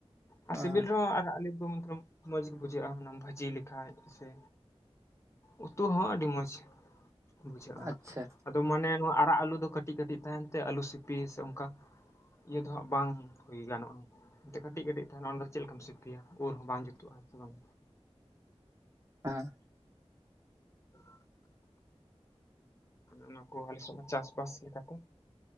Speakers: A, on the left (about 25°); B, on the right (about 25°).
A: ᱟᱨ
B: ᱦᱮᱸ
A: ᱥᱤᱵᱤᱞ ᱨᱮᱦᱚᱸ ᱟᱨᱟᱜ ᱟᱹᱞᱩ ᱢᱚᱛᱞᱚᱵ ᱢᱚᱸᱡᱽ ᱜᱮ ᱵᱩᱡᱷᱟᱹᱜᱼᱟ ᱚᱱᱟᱢ ᱵᱷᱟᱹᱡᱤ ᱞᱮᱠᱷᱟᱡ ᱥᱮ᱾ ᱩᱛᱩ ᱦᱚᱸ ᱟᱹᱰᱤ ᱢᱚᱡᱽ ᱵᱩᱡᱷᱟᱹᱜᱼᱟ ᱦᱟᱸᱜ
B: ᱟᱪᱪᱷᱟ
A: ᱾ ᱛᱚ ᱢᱟᱱᱮ ᱱᱚᱣᱟ ᱟᱨᱟᱜ ᱟᱞᱩ ᱫᱚ ᱠᱟᱹᱴᱤᱡ-ᱠᱟᱹᱴᱤᱡ ᱛᱟᱦᱮᱱ ᱛᱮ ᱟᱹᱞᱩ ᱥᱤᱯᱤ ᱥᱮ ᱚᱱᱠᱟ ᱤᱭᱟᱹ ᱫᱚ ᱦᱟᱸᱜ ᱵᱟᱝ ᱦᱩᱭ ᱜᱟᱱᱚᱜᱼᱟ᱾ ᱮᱱᱛᱮ ᱠᱟᱹᱴᱤᱡ ᱠᱟᱹᱴᱤᱡ ᱛᱟᱦᱮᱱᱟ ᱚᱸᱰᱮ ᱫᱚ ᱪᱮᱫ ᱞᱮᱠᱟᱢ ᱥᱤᱯᱤᱭᱟ ᱩᱨ ᱦᱚᱸ ᱵᱟᱝ ᱡᱩᱛᱩᱜᱼᱟ᱾ ᱥᱮ ᱵᱟᱝ?
B: ᱦᱮᱸ ᱾
A: <inaudible> ᱚᱱᱟ ᱠᱚ ᱟᱞᱮ ᱥᱮᱜ ᱢᱟ ᱪᱟᱥ ᱵᱟᱥ ᱞᱮᱠᱟ ᱠᱚ᱾